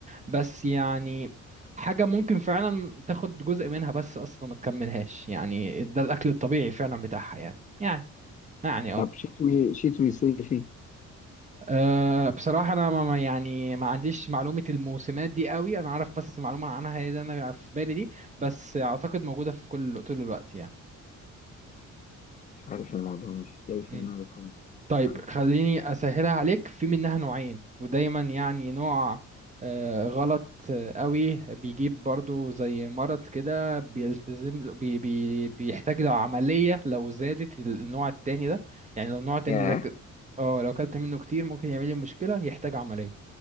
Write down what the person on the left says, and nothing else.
طب شتوي شتوي صيفي
مش عارف الموضوع مش جاي في
دماغي خالص مش
عارف
ياه